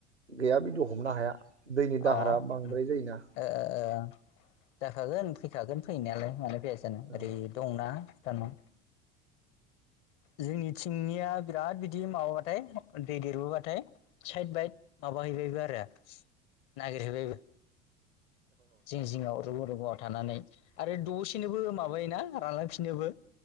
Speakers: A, on the right; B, on the left.
A: गैया बिदि हमनो हाया। दैनि दाहारा
B: अ ओम
A: बांद्राय
B: ओ
A: जायोना
B: ओ ओ जाखागोन फैखागोन फैनायालाय मानो फैया जानो
A: औ
B: ओरै दंना भुटनाव जोंनिथिंनिया बिराद बिदि माबाथाय दै देरबोबाथाय साइड बाइड माबाहैबायबो आरो नागिरहैबायबो जिं जिङाव रुगुं रुगुंआव थानानै आरो दसेनोबो माबायोना रानलांफिनोबो